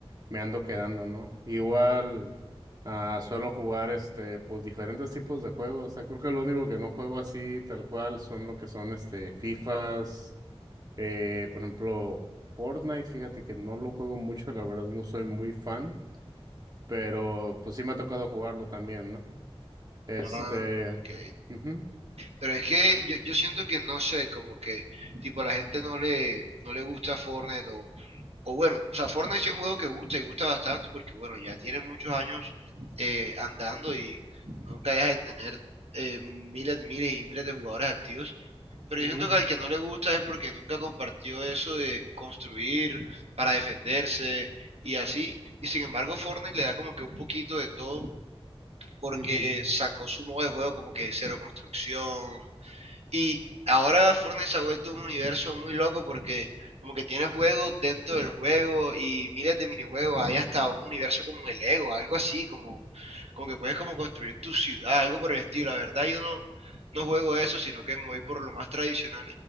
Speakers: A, on the right; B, on the right.
A: me ando quedando, ¿no? Igual ah, suelo jugar este, pues diferentes tipos de juegos. O sea, creo que lo único que no juego así tal cual son lo que son este FIFAs. Eh, por ejemplo, Fortnite, fíjate que no lo juego mucho, la verdad no soy muy fan, pero pues sí me ha tocado jugarlo también, ¿no? Este...
B: Ah, ok.
A: ujú,
B: Pero es que yo, yo siento que no sé, como que tipo la gente no le, no le gusta Fortnite o, o bueno, o sea, Fortnite sí es un juego que gusta y gusta bastante porque bueno, ya tiene muchos años eh, andando y nunca deja de tener eh, miles, miles y miles de jugadores activos. Pero
A: ujú,
B: yo siento que al que no le gusta es porque nunca compartió eso de construir para defenderse y así. Y sin embargo, Fortnite le da como que un poquito de todo porque
A: ujú,
B: sacó su modo de juego como que cero construcción, y ahora Fortnite se ha vuelto un universo muy loco porque como que tiene juegos dentro del juego y miles de minijuegos. Hay hasta un universo como el Lego, algo así, como, como que puedes como construir tu ciudad, algo por el estilo. La verdad yo no, no juego eso, sino que me voy por lo más tradicional